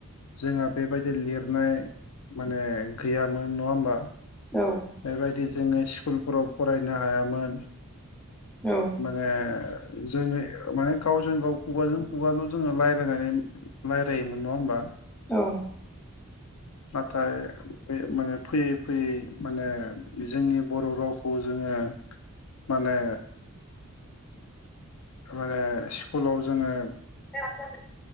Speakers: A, on the left; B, in the centre.
A: जोंहा बेबायदि लिरनाय माने गैयामोन नङा होमबा?
B: औ
A: बेबायदि जोङो स्कुलफोराव फरायनो हायामोन।
B: औ
A: माने जोङो माने गावजों गाव खुगाजों खुगाल' जोङो रायजलायनानै रायजलायोमोन नङा होमबा?
B: औ।
A: नाथाय माने फैयै फैयै माने जोंनि बर' रावखौ जोङो माने माने स्कुलाव जोङो
B: बेसा <unintelligible>